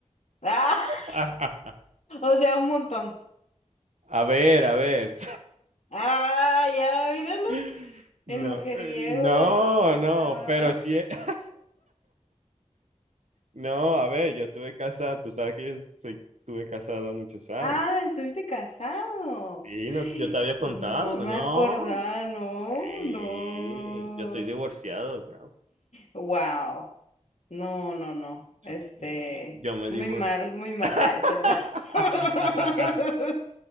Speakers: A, on the left (about 65°); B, on the right (about 75°).
A: ¡Ah! <laughs>
B: <laughs>
A: O sea, un montón.
B: A ver, a ver.
A: Ah, ya, míralo.
B: <laughs> No,
A: El mujeriego
B: eh, no,
A: del condado,
B: no, pero
A: ¿no?
B: sí,
A: <laughs>
B: e- <laughs> no, a ver, yo estuve casado, tú sabes que yo soy, estuve casado muchos años.
A: Ah, estuviste casado.
B: Sí,
A: <gasps> Ay,
B: no, yo te había contado,
A: No me
B: ¿no?
A: acordaba, no,
B: Sí,
A: no.
B: yo soy divorciado, claro.
A: Wow. No, no, no.
B: Sí.
A: Este,
B: Sí, Yo me
A: muy
B: divorcié.
A: mal, muy mal.
B: <laughs>
A: Ah, es verdad. <laughs>